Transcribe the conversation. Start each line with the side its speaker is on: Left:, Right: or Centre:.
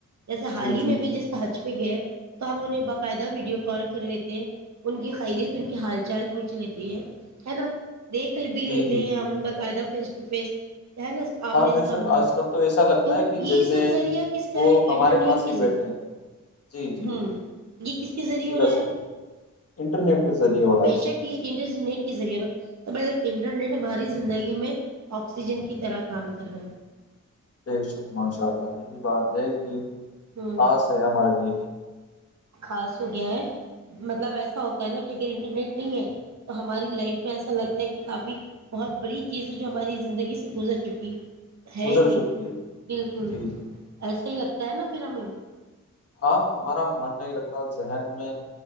Right: جیسے حال
Left: جی
Right: ہی
Left: جی
Right: میں بھی
Left: جی
Right: جس حج پہ گئے تو ہم انہیں باقاعدہ ویڈیو کال کر لیتے ہیں ان کی خیریت ان کے حال چال پوچھ لیتے ہیں ہے نا دیکھ ل بھی
Left: جی
Right: لیتے
Left: جی
Right: ہیں ہم ب قاعدہ فیس ٹ فیس نا آمنے
Left: ہاں بے
Right: سامنے
Left: شک آج کل تو ایسا لگتا
Right: تو
Left: ہے کہ
Right: یہ
Left: جیسے
Right: سب ذریعہ کس کا
Left: وہ
Right: ہے
Left: ہمارے
Right: انٹرنیٹ
Left: پاس
Right: کے
Left: ہی بیٹھے
Right: ذریعے
Left: ہیں جی جی جی
Right: ہ یہ کس کے ذریعے
Left: اسی
Right: ہو
Left: کا
Right: رہا ہے
Left: ذ- انٹرنیٹ کے ذریعے ہو رہا
Right: بے
Left: ہے
Right: شک
Left: جی
Right: یہ انٹرنیٹ کے ذریعے ہو رہا ہے انٹرنیٹ ہماری زندگی میں آکسیجن کی طرح کام کر رہا
Left: بٹ شک ماشاء اللہ یہی بات ہے کہ
Right: ہوں
Left: خاص ہے ہمارے لیے
Right: خاص ہو گیا ہے مطلب ایسا ہوتا ہے نا کہ اگر انٹرنیٹ نہیں ہے تو ہماری لائف میں ایسا لگتا ہے کہ کافی بہت بڑی چیزیں جو ہماری زندگی سے گزر چکی ہے ہے
Left: گزر
Right: ہی نہیں
Left: چکی ہے
Right: بالکل
Left: جی جی
Right: ایسا ہی لگتا کہ ن پھر ہمیں
Left: ہاں ہمارا من نہیں لگتا ذہن میں